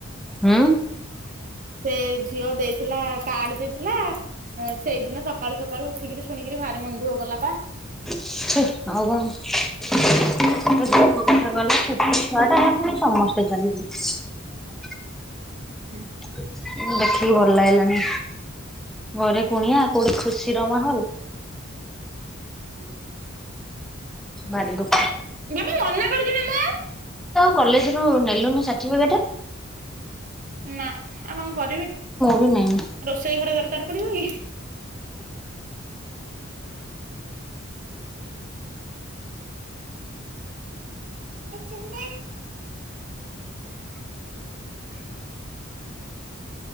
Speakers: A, in the centre; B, on the right (about 40°).
A: ହଁ।
B: ସେ ଝିଅ ଦେଇଥିଲା କାର୍ଡ ଦେଇଥିଲା। ସେଇଦିନ ସକାଳୁ ସକାଳୁ ଉଠିକିରି ଶୁଣିକିରି ଭାରି ମନ ଦୁଖ କଲା ପା।
A: ଛେ ଆଉ କଣ ସେ <unintelligible> ଛୁଆ ଟା ହେ ସମସ୍ତେ ଚାଲିଗଲେ।
B: ହ
A: ଦେଖ। ଖିକୀ ଭଲ ଲାଗିଲାନି। ଘରେ କୁଣିଆ କୋଉଠି ଖୁସି ରହି ହଉ।
B: ହୁଁ
A: ବାରି ଙ୍ଗୁ।
B: ବାବୁ ମନା କରୁଛି ନା ମୁ।
A: କଲେଜ ରୁ ନେଲୁନି ସାତିଫିକେଟ।
B: ନା। ଆଉ କଣ କରିବି
A: ବି ନେଇନି।
B: ରୋଷେଇ ଘରେ ଦରକାର ପଡିବ କି। <unintelligible>